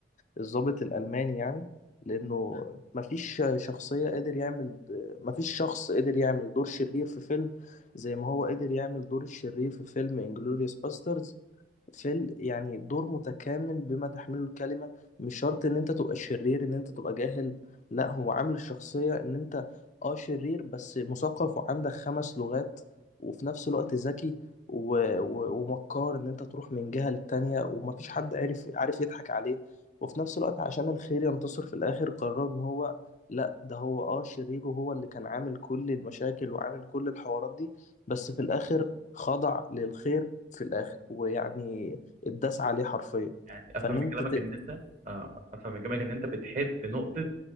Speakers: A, on the left; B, on the right.
A: الضابط الألماني يعني لأنه مفيش شخصية قادر يعمل مفيش شخص قدر يعمل دور شرير في فيلم زي ما هو قدر يعمل دور الشرير في فيلم انجلوريوس باسترز في ال- يعني دور متكامل بما تحمله الكلمة مش شرط ان انت تبقى شرير ان انت تبقى جاهل لا هو عامل الشخصية ان انت اه شرير بس مثقف وعندك خمس لغات وفي نفس الوقت ذكي و... و... ومكار ان انت تروح من جهة للتانية ومفيش حد عارف عارف يضحك عليه وفي نفس الوقت عشان الخير ينتصر في الاخر قرر ان هو لا ده هو اه شرير وهو اللي كان عامل كل المشاكل وعامل كل الحوارات دي بس في الاخر خضع للخير في الاخر ويعني اتداس عليه حرفيا
B: يعني افهم
A: فان
B: من
A: انت
B: كلامك
A: ت...
B: ان انت آه، افهم من كلامك ان انت بتحب نقطه